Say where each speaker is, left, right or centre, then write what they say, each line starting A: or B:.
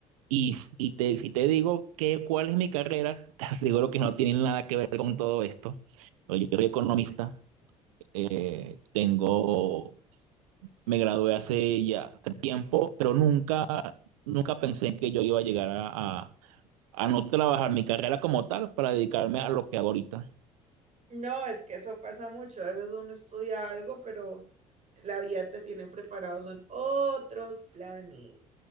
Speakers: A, on the right (about 75°); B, on the right (about 40°).
A: Y, y te, si te digo que cuál es mi carrera, <laughs> te aseguro que no tiene nada que ver con todo esto. Yo soy economista. Eh, Tengo, me gradué
B: Sí.
A: hace ya tiempo, pero nunca, nunca pensé que yo iba a llegar a, a- a no trabajar mi carrera como tal para dedicarme a lo que hago ahorita.
B: No, es que eso pasa mucho. A veces uno estudia algo, pero la vida te tiene preparado, son otros planes.